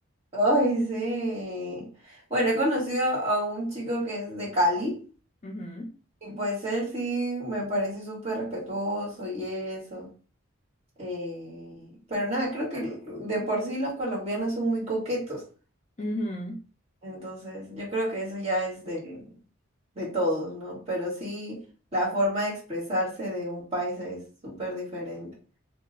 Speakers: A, on the right (about 30°); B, on the left (about 30°).
A: Ay, sí. Bueno, he conocido a un chico que es de Cali
B: <laughs> Ujú,
A: y pues él sí me parece súper respetuoso y eso. Eh, pero nada, creo que de por sí los colombianos son muy coquetos.
B: ujú.
A: Entonces, yo creo que eso ya es de, de todos, ¿no? Pero sí, la forma de expresarse de un país es súper diferente.